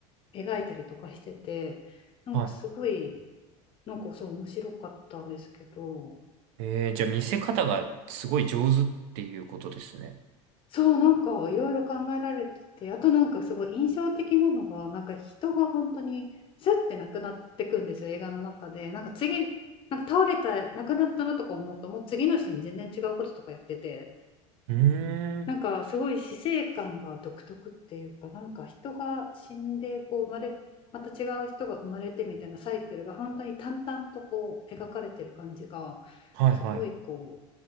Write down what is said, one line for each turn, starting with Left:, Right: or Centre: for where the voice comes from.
Left: 描いたりとかしててなんかすごい
Right: はい
Left: なんかそう面白かったんですけど
Right: えー、じゃあ見せ方がすごい上手っていうことですね。
Left: そうなんかいろいろ考えられててあとなんかすごい印象的なのがなんか人が本当にスッてなくなってくんですよ映画の中でなんか次なんか倒れた亡くなったなとか思うともう次のシーン全然違うこととかやってて
Right: うーん。
Left: なんかすごい死生観が独特っていうか、なんか人が死んでこう生まれ、また違う人が生まれてみたいなサイクルが本当に淡々とこう描かれてる感じが、
Right: はいはい。
Left: すごいこ